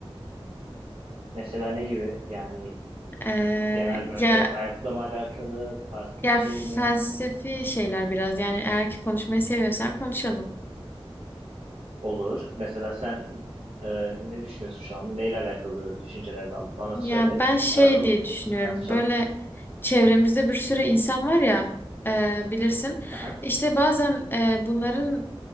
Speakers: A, on the right; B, on the left.
A: Mesela ne gibi yani
B: E,
A: genel böyle
B: ya
A: hayatla mı alakalı farklı
B: ya
A: bir şey
B: felsefi
A: mi?
B: şeyler biraz. Yani eğer ki konuşmayı seviyorsan konuşalım.
A: Olur. Mesela sen e, ne düşünüyorsun şu an? Neyle alakalı düşüncelere daldın? Bana
B: Ya
A: söyle.
B: ben şey
A: Beraber oturun
B: diye düşünüyorum
A: üstüne tartışalım.
B: böyle çevremizde bir sürü insan var ya e, bilirsin
A: Aha.
B: işte bazen e, bunların